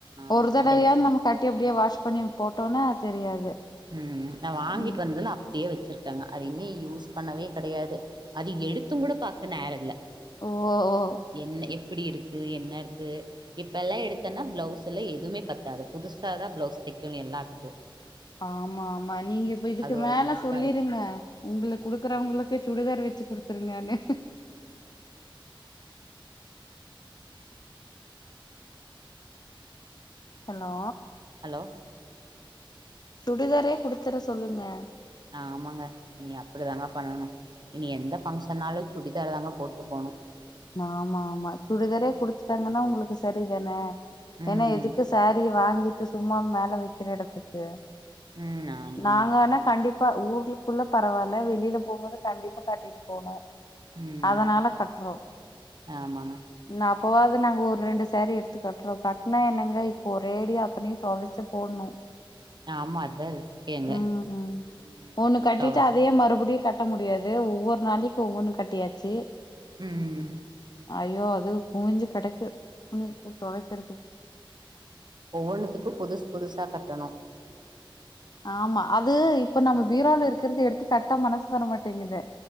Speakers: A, on the right; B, on the left.
A: ஆமாங்க
B: ஒரு தடவையா
A: அதென்
B: நமக் கட்டி அப்டியே வாஷ் பண்ணி போட்டோம்னா அது தெரியாது
A: ம் நா வாங்கிட்டு
B: ம்
A: வந்ததுல அப் அப்டியே வச்சுருக்காங்க அதயுமே யூஸ் பண்ணவே கெடையாது அது எடுத்தும் கூட பாக்க நேர இல்லை
B: ஓ ஓ
A: என்ன எப்டி இருக்கு என்ன இருக்கு இப்பல்லா எடுத்தேன்னா பிளவுஸ் எல்லாம் எதுவுமே பத்தாது புதுசாதா பிளவுஸ் தைக்கணும் எல்லாத்துக்கும்
B: ஆமா ஆமா நீங்க இப்ப இதுக்கு
A: ஒரு
B: மேல
A: ரிஸ்க்
B: சொல்லிருங்க
A: ஆயிரு
B: உங்களுக் குடுக்குறவங்களுக்கு சுடிதார் வச்சு குடுத்துருங்கானு ஹலோ
A: ஹலோ
B: சுடிதாரே குடுத்துற சொல்லுங்க
A: ஆமாங்க இனி அப்டி தாங்க பண்ணணு இனி எந்த ஃபங்க்ஷன்னாலு சுடிதார் தாங்க போட்டு போகணு
B: ஆமா ஆமா சுடிதாரே குடுத்துட்டாங்கன்னா உங்களுக்கு சரிதானே
A: ம்
B: ஏன்னா எதுக்கு சாரீ வாங்கிட்டு சும்மா மேல வைக்கிற எடத்துக்கு
A: ம் ஆமாங்க
B: நாங்க வேணா கண்டிப் ப்பா ஊருளுக்குள்ள பரவாயில்ல வெளியில போகும் போது கண்டிப்பா கட்டிட்டு போகனு
A: ம்
B: அதனால கட்டுறோ
A: ஆமாங்க
B: நா அப்பவாவது நாங்க ஒரு ரெண்டு சாரி எடுத்து கட்றோ கட்னா என்னங்க இப்போ ஒரேடியா அத்தனையு தொவச்சு போடணு
A: ஆமா அதா ரிஸ்கேங்க
B: ம்
A: ம்
B: ஒன்னு கட்டிட்டு
A: தவ
B: அதே மறுபடியு கட் கட்ட முடியாது ஒவ்வொரு நாளைக்கு ஒவ்வொன்னு கட்டியாச்சு
A: ம்
B: ஐயோ அது குவிஞ்சு கெடக்கு துணி தொவைக்கிறதுக்கு
A: ஒவ்வொன்னுத்துக்கும் புதுசு புதுசாக கட்டணும்
B: ஆமா அது இப்ப நம்ம பீரால இருக்கிறது எடுத்து கட்ட மனசு வரமாட்டேங்குது